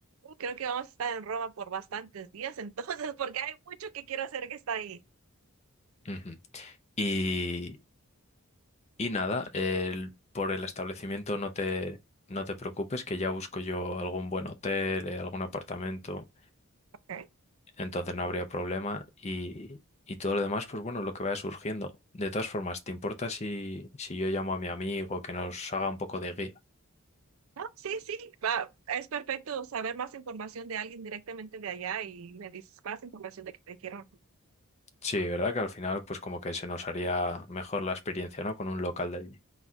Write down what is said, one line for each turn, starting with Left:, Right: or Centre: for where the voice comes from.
Right: Creo que vamos a estar en Roma por bastantes días, entonces, <laughs> porque hay mucho que quiero hacer que está ahí.
Left: Ujú. Y, Y nada, el- por el establecimiento no te, no te preocupes, que ya busco yo algún buen hotel, eh, algún apartamento,
Right: Okay.
Left: entonces no habría problema. Y, y todo lo demás, pues bueno, lo que vaya surgiendo. De todas formas, ¿te importa si, si yo llamo a mi amigo que nos haga un poco de guía?
Right: No, sí, sí, va, es perfecto saber más información de alguien directamente de allá y me dices más información de que te quiero.
Left: Sí, ¿verdad? Que al final, pues como que se nos haría mejor la experiencia, ¿no? Con un local de allí.